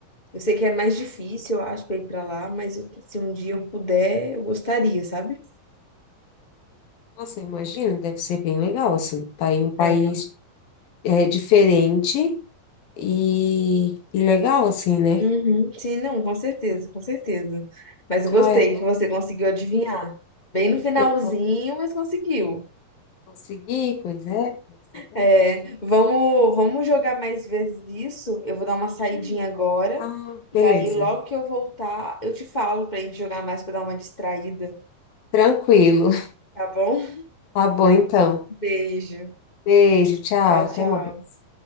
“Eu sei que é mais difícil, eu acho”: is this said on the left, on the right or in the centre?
Left